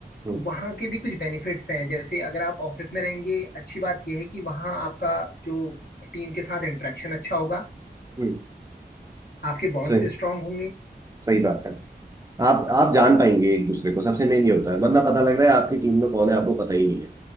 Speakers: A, on the right; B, on the left.
A: हम्म,
B: वहाँ के भी कुछ बेनिफिट्स हैं जैसे अगर आप ऑफिस में रहेंगे अच्छी बात यह है कि वहाँ आपका जो टीम के साथ इंटरेक्शन अच्छा होगा
A: हम्म,
B: आपके बॉन्ड्स
A: सही
B: स्ट्रांग होंगे
A: सही बात है आप आप जान पाएंगे एक दूसरे को सबसे मेन ये होता है वरना पता लग रहा है आपकी टीम में कौन है आपको पता ही नहीं है